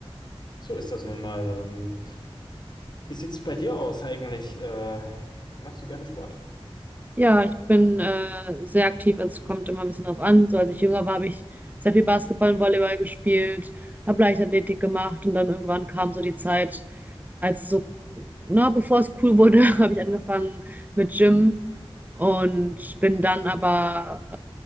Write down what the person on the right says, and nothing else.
Ja, ich bin äh, sehr aktiv, also es kommt immer ein bisschen drauf an. So, als ich jünger war, habe ich sehr viel Basketball und Volleyball gespielt, habe Leichtathletik gemacht und dann irgendwann kam so die Zeit, als es so, na, bevor es cool wurde, <laughs> habe ich angefangen mit Gym und bin dann aber